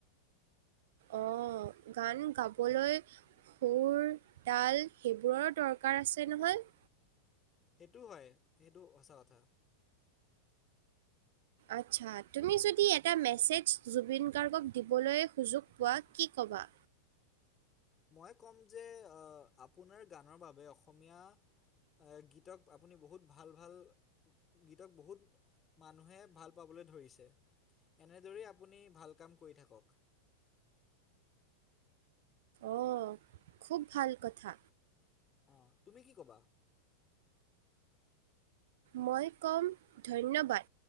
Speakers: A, on the right; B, on the left.
A: অঁ গান গাবলৈ- সুৰ, তাল সেইবোৰৰো দৰকাৰ আছে নহয়।
B: সেইটোও হয়, সেইটো সঁচা কথা।
A: আচ্ছা তুমি যদি এটা মেছেজ জুবিন গাৰ্গক দিবলৈ সুযোগ পোৱা কি ক'বা?
B: মই ক'ম যে অঁ আপোনাৰ গানৰ বাবে অসমীয়া- গীতক আপুনি বহুত ভাল ভাল- গীতক বহুত মানুহে ভাল পাবলৈ ধৰিছে। এনেদৰেই আপুনি ভাল কাম কৰি থাকক।
A: অঁ খুব ভাল কথা।
B: অঁ তুমি কি কবা?
A: মই ক'ম ধন্যবাদ।